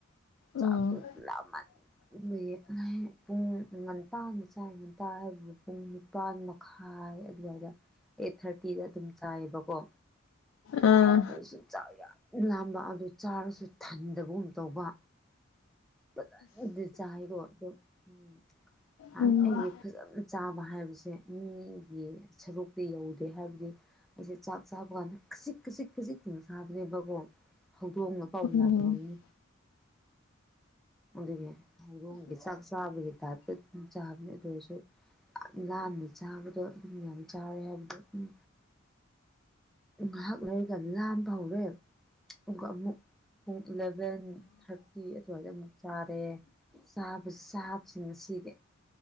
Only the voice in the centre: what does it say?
ꯆꯥꯛꯇꯣ
ꯂꯥꯝꯃꯟꯕꯒꯤ ꯄꯨꯡ ꯉꯟ ꯇꯥꯟꯕ ꯆꯥꯏ ꯉꯟꯇꯥ ꯍꯥꯏꯕꯗ ꯄꯨꯡ ꯅꯤꯄꯥꯜ ꯃꯈꯥꯏ ꯑꯗꯨꯋꯥꯏꯗ ꯑꯩꯠ ꯊꯥꯔꯇꯤꯗ ꯑꯗꯨꯝ ꯆꯥꯏꯌꯦꯕꯀꯣ
ꯑꯗꯨꯁꯨ ꯆꯥꯛ ꯌꯥꯝ ꯂꯥꯝꯕ ꯑꯗꯨ ꯆꯥꯔꯁꯨ ꯊꯟꯗꯕꯒꯨꯝ ꯇꯧꯕ ꯐꯖꯅꯗꯤ ꯆꯥꯏꯀꯣ ꯑꯗꯨꯝ ꯎꯝ
ꯑꯩꯒꯤ ꯐꯖꯅ ꯆꯥꯕ ꯍꯥꯏꯕꯁꯦ ꯃꯤꯒꯤ ꯁꯔꯨꯛꯇꯤ ꯌꯧꯗꯦ ꯍꯥꯏꯕꯗꯤ ꯑꯩꯁꯦ ꯆꯥꯛ ꯆꯥꯕ ꯀꯥꯟꯗ ꯈꯖꯤꯛ ꯈꯖꯤꯛ ꯈꯖꯤꯛꯇ ꯁꯥꯗ꯭ꯔꯦꯕꯀꯣ ꯍꯧꯗꯣꯡꯅ ꯄꯥꯎ
ꯌꯥꯝ ꯉꯝꯅꯤ ꯑꯗꯨꯒꯤ ꯍꯧꯗꯣꯡꯒꯤ ꯆꯥꯛ ꯆꯥꯕꯒꯤ ꯇꯥꯏꯞꯇ ꯆꯥꯕꯅꯦ ꯑꯗꯨ ꯑꯣꯏꯔꯁꯨ ꯌꯥꯝ ꯂꯥꯟꯅ ꯆꯥꯕꯗꯣ ꯑꯗꯨꯝ ꯌꯥꯝ ꯆꯥꯎꯔꯦ ꯍꯥꯏꯕꯗꯣ ꯎꯝ ꯉꯥꯏꯍꯥꯛ ꯂꯩꯔꯒ ꯂꯥꯝꯕ ꯍꯧꯔꯦ ꯑꯗꯨꯒ ꯑꯃꯨꯛ ꯄꯨꯡ ꯏꯂꯚꯦꯟ ꯊꯥꯔꯇꯤ ꯑꯗꯨꯋꯥꯏꯗ ꯑꯃꯨꯛ ꯆꯥꯔꯦ ꯆꯥꯕꯁꯤ ꯆꯥꯕꯁꯤ ꯉꯁꯤꯗꯤ